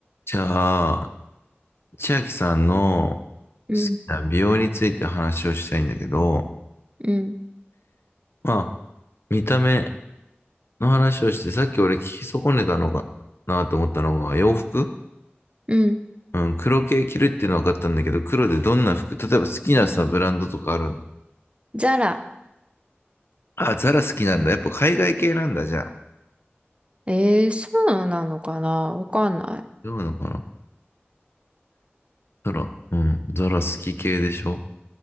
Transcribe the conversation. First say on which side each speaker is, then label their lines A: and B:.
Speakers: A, on the left (about 70°); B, on the right (about 30°).
A: じゃあ、千秋さんの
B: うん、
A: 好きな美容について話をしたいんだけど、
B: うん、
A: まあ、見た目の話をして、さっき俺聞き損ねたのかなと思ったのが、洋服
B: うん。
A: うん、黒系着るっていうのは分かったんだけど、黒でどんな服、例えば好きなさ、ブランドとかあるの
B: ザラ。
A: あ、ザラ好きなんだ。やっぱ海外系なんだ、じゃあ。
B: えー、そうなのかなわかんない。
A: どうなのかなザラ、うん、ザラ好き系でしょ